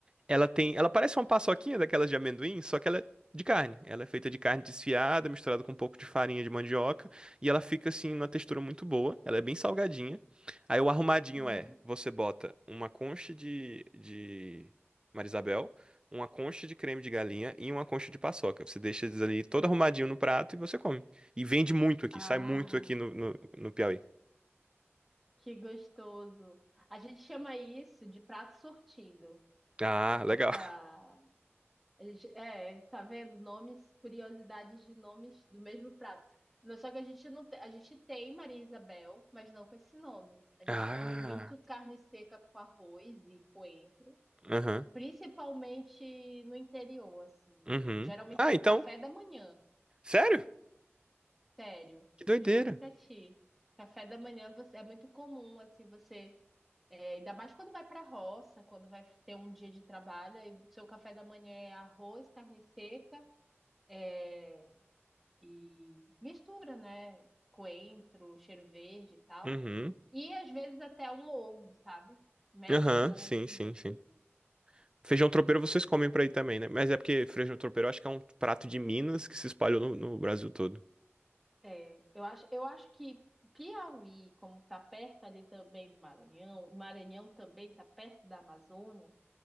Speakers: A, on the right; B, in the centre.
A: Ela tem, ela parece uma paçoquinha daquelas de amendoim, só que ela é de carne. Ela é feita de carne desfiada, misturada com um pouco de farinha de mandioca, e ela fica assim numa textura muito boa. Ela é bem salgadinha. Aí o arrumadinho
B: Uhum.
A: é, você bota uma concha de de Marisabel, uma concha de creme de galinha e uma concha de paçoca. Você deixa eles ali todo arrumadinho no prato e você come. E vende muito aqui,
B: Ah.
A: sai muito aqui no, no, no Piauí.
B: Que gostoso. A gente chama isso de prato sortido.
A: Ah, legal.
B: Essa,
A: <laughs>
B: a gente- é, tá vendo? Nomes, curiosidades de nomes do mesmo prato. Não, só que a gente não tem, a gente tem Maria Isabel, mas não com esse nome. A gente
A: Ah,
B: come muito carne seca com arroz e coentro,
A: aham,
B: principalmente no interior, assim,
A: uhum.
B: geralmente
A: Ah,
B: no
A: então,
B: café da manhã.
A: sério?
B: Sério,
A: Que doideira.
B: juro pra ti. Café da manhã você, é muito comum assim você É, ainda mais quando vai para a roça, quando vai ter um dia de trabalho, aí seu café da manhã é arroz, carne seca, é, e mistura, né? Coentro, cheiro verde e tal.
A: Uhum.
B: E às vezes até um ovo, sabe? Mete
A: Aham,
B: um ovo
A: sim,
B: junto,
A: sim, sim.
B: assim.
A: Feijão tropeiro vocês comem pra aí também, né? Mas é porque feijão tropeiro eu acho que é um prato de Minas que se espalhou no, no Brasil todo.
B: É, eu acho, eu acho que Piauí, como tá perto ali também do Maranhão, e Maranhão também tá perto da Amazônia,